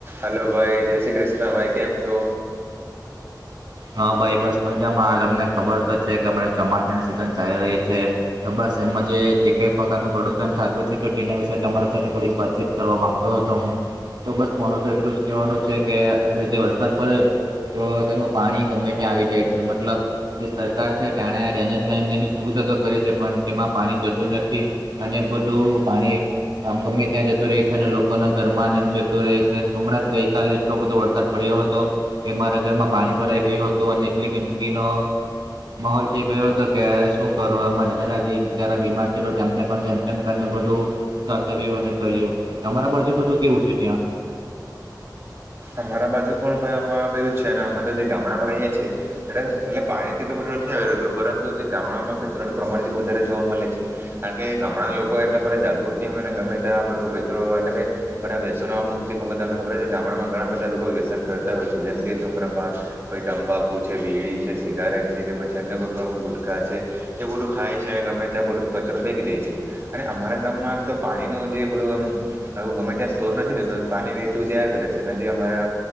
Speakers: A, on the right; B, on the right.
A: Hello ભાઈ જય શ્રી કૃષ્ણ ભાઈ કેમ છો?
B: હા ભાઈ બસ મજામાં તમને ખબર તો છે કે અને ચોમાસાની સિઝન ચાલી રહી છે. તો બસ એમમાં જે જે કઈ પ્રકારનું પ્રોડક્શન થતું છે તો તેના વિશે તમારા સાથે થોડીક વાતચીત કરવા માંગતો હતો હું તો બસ મારું તો એટલું જ કહેવાનું છે કે આપણે જે વરસાદ પડે તો તેનું પાણી ગમે ત્યાં આવી જાય છે મતલબ જે સરકાર છે ટાણા ડેનેજ લાઈનની સુવિધા તો કરે છે પણ તેમાં પાણી જતું નથી. અને બધું પાણી આમ ગમે ત્યાં જતું રહી છે અને લોકોના ઘરમાંને એમ જતું રહી છે હમણાં જ ગઈકાલે એટલો બધો વરસાદ પડ્યો હતો કે મારા ઘરમાં પાણી ભરાઈ ગયું હતું અને એટલી ગંદકીનો માહોલ થઈ ગયો હતો કે શું કરો અમારા દાદા દાદી બિચારા બીમાર છે તો તેમને પણ જેમ ટનકારને બધું સાચવ્યું અને કર્યું તમારા બાજુ બધું કેવું છે ત્યાં?
A: અમારા બાજુ પણ ભાઈ અમાર એવું છે અમે જે ગામડામાં રહીએ છીએ. એટલું એટલે પાણી એટલું બધું નથી આવી રહેતું પરંતુ જે ગામડામાં કચરાનું પ્રમાણ વધારે જોવા મળે છે. કારણ કે ગામડાના લોકો એટલા બધા જાગૃત ની હોય ને ગમે ત્યાં બધું કચરો એટલે કે બધા આ વ્યસનનો અમુક ખબર તમને ખબર ગામડામાં ઘણા બધા લોકો વ્યસન કરતા હોય છે જેમ કે ધુમ્રપાન કોઈ તંબાકુ છે બીડી છે સિગારેટ છે કે પછી અન્ય કોઈ પણ ગુટકા છે. એ બધું ખાય છે અને ગમે ત્યાં બધું કચરો ફેંકી દે છે. અને અમારા ગામમાં આમ તો પાણીનું જે બધું આમ આવું ગમે ત્યાં સ્તોર નથી રહેતો પાણી વહેતું જયા કરે છે અને હજી અમારે